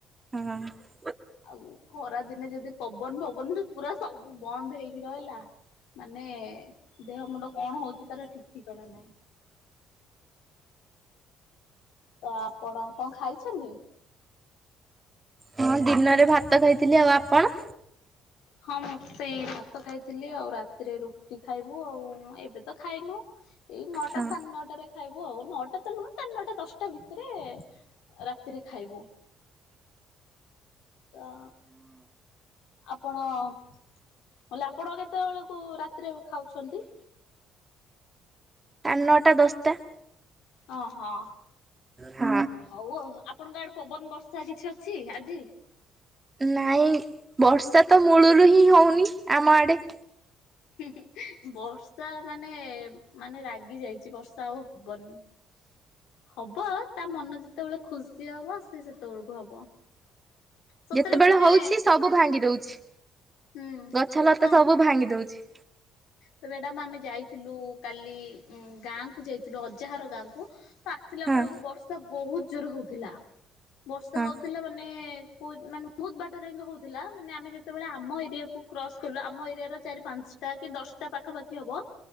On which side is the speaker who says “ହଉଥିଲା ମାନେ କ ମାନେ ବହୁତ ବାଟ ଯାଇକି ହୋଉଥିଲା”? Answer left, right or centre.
Left